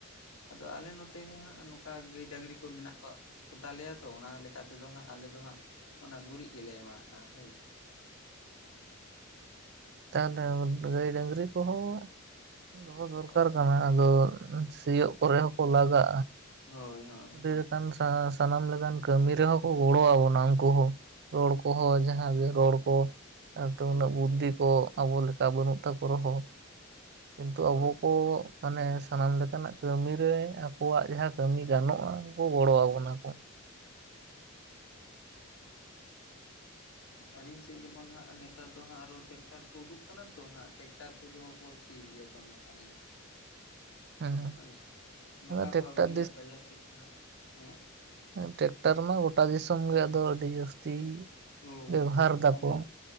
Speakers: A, on the left (about 85°); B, on the right (about 50°).
A: ᱟᱫᱚ ᱟᱞᱮ ᱱᱚᱛᱮ ᱦᱟᱸᱜ ᱱᱚᱝᱠᱟ ᱜᱟᱹᱭ ᱰᱟᱝᱨᱤ ᱠᱚ ᱢᱮᱱᱟᱜ ᱠᱚᱟᱜ ᱠᱚᱛᱟᱞᱮᱭᱟ ᱛᱚ ᱚᱱᱟ ᱞᱮᱠᱟ ᱛᱮᱫᱚ ᱦᱟᱸᱜ ᱟᱞᱮ ᱫᱚ ᱦᱟᱸᱜ ᱚᱱᱟ ᱜᱩᱨᱤᱡ ᱜᱮᱞᱮ ᱮᱢᱟᱜᱼᱟ ᱦᱳᱭ ᱥᱮ
B: ᱛᱟᱦᱚᱞᱮ ᱜᱟᱹᱭ ᱰᱟᱹᱝᱨᱤ ᱠᱚᱦᱚᱸ ᱫᱚᱦᱚ ᱫᱚᱨᱠᱟᱨ
A: ᱦᱳᱭ
B: ᱠᱟᱱᱟ ᱟᱫᱚ ᱥᱤᱭᱳᱜ ᱠᱚᱨᱮ ᱦᱚᱸᱠᱚ ᱞᱟᱜᱟᱜᱼᱟ᱾
A: ᱦᱳᱭ᱾ ᱦᱳᱭ
B: ᱟᱹᱰᱤ ᱞᱮᱠᱟᱱ ᱥᱟᱱᱟᱢ ᱞᱮᱠᱟᱱ ᱠᱟᱹᱢᱤ ᱨᱮᱦᱚᱸ ᱠᱚ ᱜᱚᱲᱚ ᱟᱵᱚᱱᱟ ᱩᱱᱠᱩ ᱦᱚᱸ᱾ ᱨᱚᱲ ᱠᱚᱦᱚᱸ ᱡᱟᱦᱟᱸᱜ ᱜᱮ ᱨᱚᱲ ᱠᱚ᱾ ᱟᱫᱚ
A: ᱦᱳᱭ
B: ᱩᱱᱟᱹᱜ ᱵᱩᱫᱽᱫᱷᱤ ᱠᱚ ᱟᱵᱚ ᱞᱮᱠᱟ ᱵᱟᱹᱱᱩᱜ ᱛᱟᱠᱚ ᱨᱮᱦᱚᱸ ᱠᱤᱱᱛᱩ
A: ᱦᱳᱭ
B: ᱟᱵᱚ ᱠᱚ ᱢᱟᱱᱮ ᱥᱟᱱᱟᱢ ᱞᱮᱠᱟᱱᱟᱜ ᱠᱟᱹᱢᱤ ᱨᱮ ᱟᱠᱚᱣᱟᱜ ᱡᱟᱦᱟᱸ ᱠᱟᱹᱢᱤ ᱜᱟᱱᱚᱜ ᱚ ᱜᱚᱲᱚ
A: ᱦᱳᱭ
B: ᱟᱵᱚᱱᱟ ᱠᱚ᱾
A: ᱟᱞᱤᱧ ᱥᱮᱫ ᱡᱮᱢᱚᱱ ᱦᱟᱸᱜ ᱱᱮᱛᱟᱨ ᱫᱚ ᱦᱟᱸᱜ ᱟᱨᱚ ᱴᱮᱠᱴᱟᱨ ᱠᱚ ᱩᱰᱩᱠ ᱟᱠᱟᱱᱟ ᱛᱚ ᱦᱟᱸᱜ ᱴᱮᱠᱴᱟᱨ ᱛᱮᱫᱚ᱾ ᱴᱷᱤᱠ ᱜᱮᱭᱟ ᱫᱚᱢᱮ ᱟᱞᱮᱧ ᱥᱮᱫ
B: ᱦᱮᱸ
A: ᱦᱳᱭ ᱱᱚᱝᱠᱟ
B: ᱟᱫᱚ ᱴᱮᱠᱴᱟᱨ
A: ᱠᱚ ᱟᱹᱜᱩᱭᱟ ᱵᱟᱡᱟᱨ ᱥᱮᱫ ᱠᱷᱚᱱᱟᱜ ᱦᱮᱸ᱾
B: ᱴᱨᱟᱠᱴᱟᱨ ᱢᱟ ᱜᱚᱴᱟ ᱫᱤᱥᱚᱢ ᱜᱮ ᱟᱫᱚ ᱟᱹᱰᱤ ᱡᱟᱹᱥᱛᱤ᱾
A: ᱦᱳᱭ
B: ᱵᱮᱵᱚᱦᱟᱨ ᱫᱟᱠᱚ
A: ᱟᱫᱚ᱾